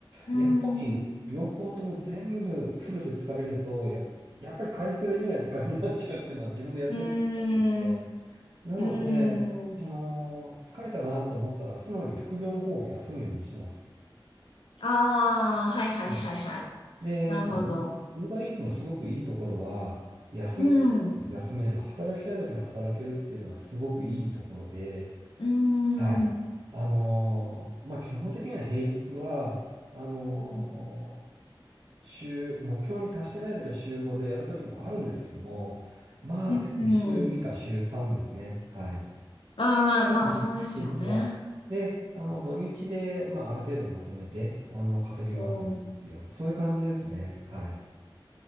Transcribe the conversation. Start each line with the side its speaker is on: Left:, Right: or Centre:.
Left: うん。
Right: やっぱり、両方とも全部フルで疲れると、や、やっぱり回復できない疲れになっちゃうっていうのは自分でやってみて思ってて、
Left: うん。
Right: なので、
Left: うーん。
Right: あのー疲れたなって思ったら、素直に副業の方を休むようにしてます。
Left: ああ、はいはいはいはい。
Right: もうで、
Left: なるほど。
Right: まあ、ウーバーイーツのすごくいいところは、休みたい、
Left: うん。
Right: 休める、働きたい時に働けるっていうのはすごくいいところで、
Left: うーん。
Right: はい。あのーまあ、基本的には平日は、あのー
Left: うん。
Right: 週、目標に達してない時は週5でやる時もあるんですけども、まあ、
Left: うん。
Right: せいぜい週2か週3ですね。はい。
Left: ああ、まあそうですよね。
Right: うんですが。で、あの、土日で、まあ、ある程度まとめて、あの、稼ぎますよっていうあのそういう感じですね。
Left: うん。
Right: はい。